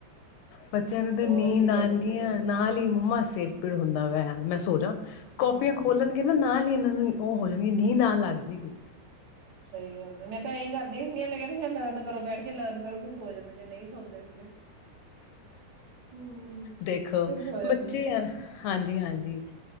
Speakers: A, on the left; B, on the right.
A: ਪੱਚਿਆਂਨਦ
B: ਨੌ
A: ਨੀਂਦ
B: ਵਜੇ ਹੀ
A: ਨਾਨਗੀਆਂ
B: ਸੋ ਜਾਂਦੇ ਆ ਫੇਰ
A: ਨਾਲ ਹੀ ਮੁਮਾ ਸੇਰਪੀ ਹੁੰਦਾ ਯ ਮੈਂ ਸੋਚਾਂ
B: ਹਮ
A: ਕਪੀਆਂ ਖੋਲਣਗੇ ਨਾ ਨਾਲ ਹੀ ਇਹਨਾਂ ਨੂੰ ਉਹ ਹੋ ਜਾਣਗੇ ਨੀਂਦ ਆਉਣ ਲੱਗ ਜਾਗੀ
B: ਸਹੀ ਗੱਲ ਹੈ ਮੈਂ ਤਾਂ ਇਏਹੀ ਕਰਦੀ ਹੁੰਦੀ ਮੈਂ ਕਹਿੰਦੀ ਹ ਲਨ ਕਰੋ ਬੈਠ ਕੇ ਲਰਨ ਕਰੋ ਫਿਰ ਸੋ ਜਾਂਦੇ ਜੇ ਨਹੀਂ ਸੌਦੇ ਹੁੰਦੇ ਹੂੰ,
A: ਦੇਖੋ
B: ਫਿਰ ਸੋ ਜਾਂਦੇ
A: ਬੱਚੇ
B: ਆ।
A: ਯਾਰ ਹਾਂਜੀ ਹਾਂਜੀ ਹ